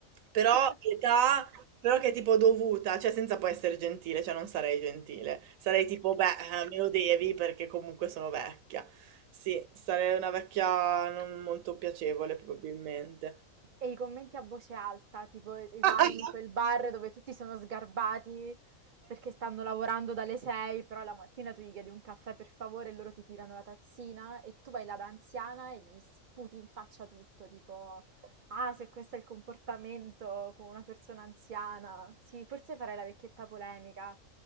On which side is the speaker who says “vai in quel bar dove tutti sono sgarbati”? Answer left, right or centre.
Right